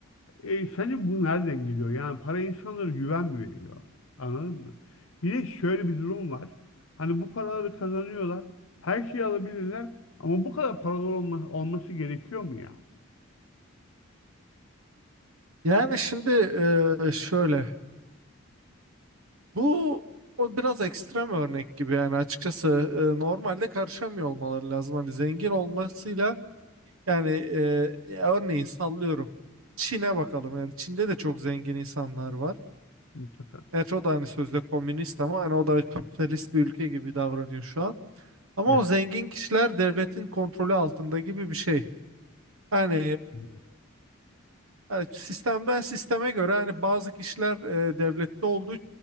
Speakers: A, on the left (about 70°); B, on the right (about 70°).
A: E, sence bu nereden geliyor? Yani para insanlara güven mi veriyor? Anladın mı? Bir de şöyle bir durum var. Hani bu paraları kazanıyorlar. Her şeyi alabilirler. Ama bu kadar paralar olma- olması gerekiyor mu ya?
B: Yani şimdi e, şöyle bu o biraz ekstrem örnek gibi yani açıkçası e, normalde karışamıyor olmaları lazım hani zengin olmasıyla yani e, ya örneğin sallıyorum Çin'e bakalım yani Çin'de de çok zengin insanlar var.
A: Mutlaka.
B: Gerçi o da hani sözde komünist ama hani o da kapitalist bir ülke gibi davranıyor şu an. Ama
A: Evet.
B: o zengin kişiler devletin kontrolü altında gibi bir şey. Yani
A: Hı.
B: Yani sistemden sisteme göre hani bazı kişiler e, devlette olduğu